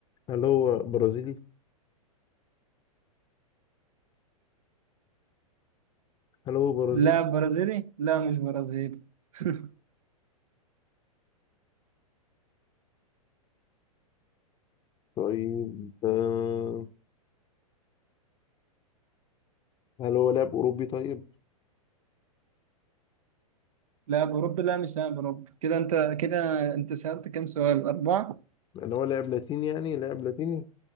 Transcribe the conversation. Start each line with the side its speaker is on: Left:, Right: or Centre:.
Left: هل هو برازيلي؟ هل هو برازيلي؟
Right: لاعب برازيلي؟ لا مش برازيلي <laughs>
Left: طيب آه، هل هو لاعب أوروبي طيب؟
Right: لاعب أوروبي لا مش لاعب أوروبي كده أنت كده أنت سألت كام سؤال أربعة
Left: يعني هو لاعب لاتيني يعني لاعب لاتيني؟